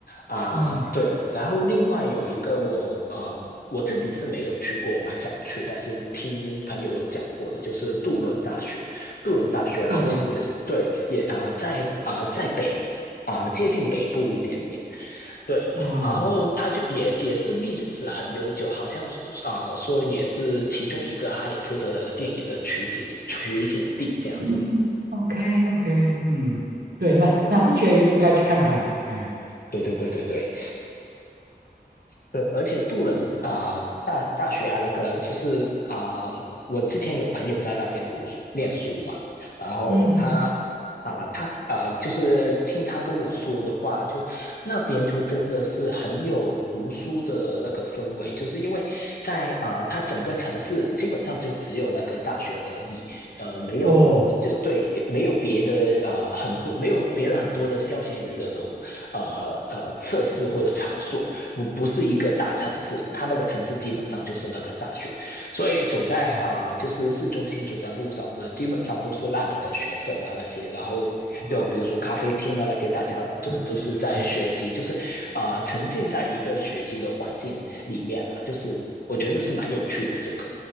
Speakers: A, on the left; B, on the right.
A: 啊，
B: 嗯嗯，
A: 对，然后另外有一个我呃。我自己是没有去过，我蛮想去，但是听朋友有讲过的，就是杜伦大学。杜伦大学好像也是对，
B: 渡轮
A: 也啊、呃在啊、呃在北啊、呃接近北部一点点，对。
B: 啊，
A: 然后它就也也是历史很悠久，好像是啊、呃说也是其中一个《哈利波特》的电影的取景取景地这样子。
B: 嗯，OK OK，嗯，对，那那的确应该去看看，哎，
A: 对对对对对。对，而且杜伦啊、呃大大学啊，那个就是啊、呃我之前有朋友在那边读书念书嘛，然后他啊、
B: 嗯嗯，
A: 他啊、就是听他跟我说的话，就那边就真的是很有读书的那个氛围，就是因为在啊、他整个城市基本上就只有那个大学而已，呃，没有就对，
B: 哦，
A: 没有别的啊、呃很多没有别的很多的消闲娱乐的活呃呃设施或者场所，不不是一个大城市，它那个城市基本上就是那个大学，所以走在啊、
B: 啊
A: 呃就是市中心走在路上的，基本上都是那里的学生啊那些，然后就比如说咖啡厅啊那些，
B: 啊，
A: 大家都都是在学习，
B: 是是，哎，
A: 就是啊、呃沉浸在一个学习的环境里面了、啊就是我觉得是蛮有趣的这个，